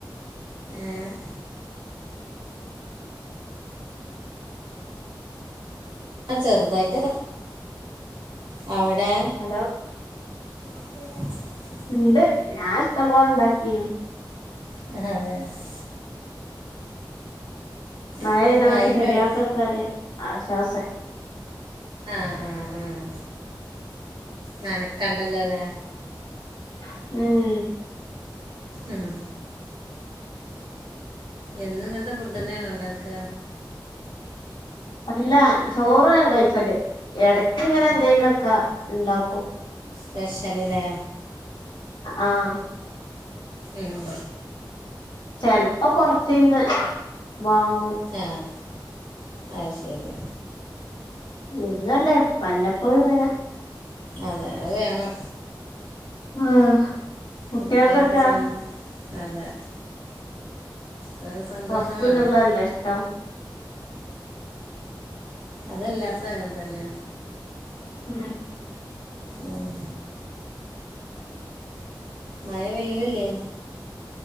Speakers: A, on the right; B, on the left.
A: ഏഹ് ആഹ് ചെറുതായിട്ട് അവടെ
B: ഹലോ
A: <unintelligible>
B: ഇണ്ട് ഞാൻ ഇഷ്ടം പോലെ ഇണ്ടാക്കി
A: <unintelligible>
B: മഴയ്തോണ്ട്
A: ഇപ്പം മഴയും
B: ചെടികൾകൊക്കൊരു
A: പെയ്
B: ഒരു ആശ്വാസായി
A: ആഹ് ആഹ് ആഹ് നനക്കണ്ടല്ലോ ലേ
B: ഉം
A: ആഹ് എന്നും ഇങ്ങൻത്തെ ഫുഡ് എന്നെ ണ്ടോ ഇണ്ടാക്ക
B: അല്ല ചോറ കഴിക്കല് ഇടക്ക് ഇങ്ങനെ
A: ആ
B: എന്തെങ്കിലൊക്കെ ഇണ്ടാക്കും
A: പെശല് ലേ
B: ആഹ്
A: ഉം
B: ചെലപ്പോ പൊറത്തിന്ന് വാങ്ങും
A: ആഹ് അത് ശരി
B: എന്നല്ല വല്ലപ്പോഴും ഇങ്ങനെ
A: അതെ അത് വേണം
B: ആഹ് കുട്ടികൾക്കൊക്കെ
A: കുട്ടികൾക്ക് സ്വ അതെ കുട്ടിൾ ക്ക്സന്തോഷം
B: പൊറത്തുന്നുള്ളതല്ലേ
A: വേണ്ടേ
B: ഇഷ്ടം
A: അതെല്ലാർത്തും അങ്ങൻ തന്നെ
B: ഉ
A: ഉം മഴ പെയ്യണില്ലേ